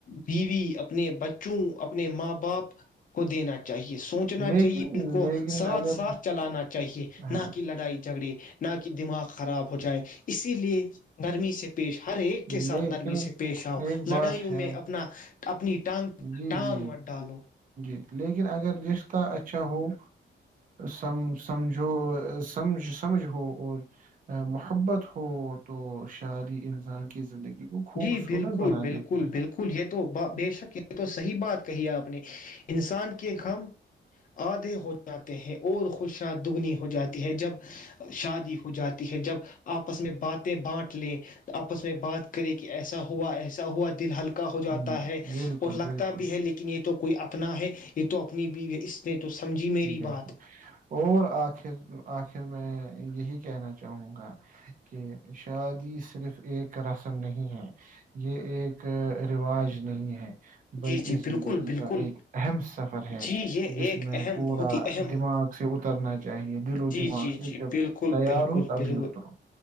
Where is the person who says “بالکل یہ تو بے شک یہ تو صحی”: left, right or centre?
Left